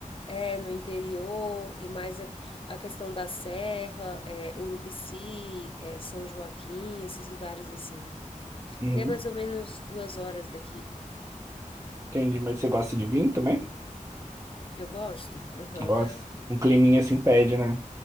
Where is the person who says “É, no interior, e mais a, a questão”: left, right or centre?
Left